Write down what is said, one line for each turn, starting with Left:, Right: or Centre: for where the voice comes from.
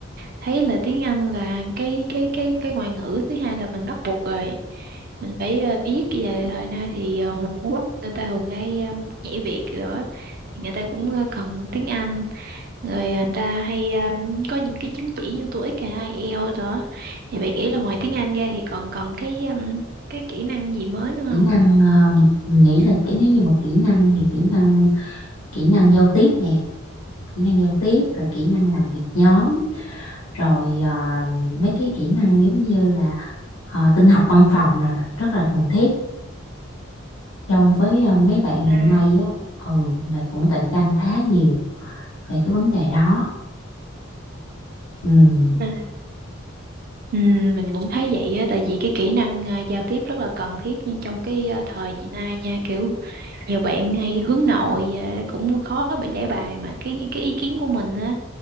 Right: thấy là tiếng Anh là cái cái cái cái ngoại ngữ thứ hai là mình bắt buộc rồi mình phải ờ, biết về thời nay thì ờ, muốn người ta thường hay ờ, nhảy việc rồi á, thì người ta cũng ờ, cần tiếng Anh rồi ờ, người ta hay ờ, có những cái chứng chỉ như TOEIC hay IELTS đó thì bạn nghĩ là ngoài tiếng Anh ra thì còn còn cái ờ, cái kỹ năng gì mới nữa
Left: kỹ
Right: không
Left: năng ờ, mình nghĩ là cái nếu như mà kỹ năng thì kỹ năng kỹ năng giao tiếp nè kỹ năng giao tiếp rồi kỹ năng làm việc nhóm rồi ờ, mấy cái kỹ năng giống như là ờ, tin học văn phòng là rất là cần thiết cho với ờ, mấy bạn
Right: À,
Left: hiện nay á ừ là cũng cạnh tranh khá nhiều về cái vấn đề đó ừ
Right: ừ, Ừ, mình cũng thấy vậy á, tại vì cái kỹ năng à, giao tiếp rất là cần thiết nhưng trong cái à, thời hiện nay nha kiểu nhiều bạn hay hướng nội à, cũng khó bị giải bài mà cái cái ý kiến của mình á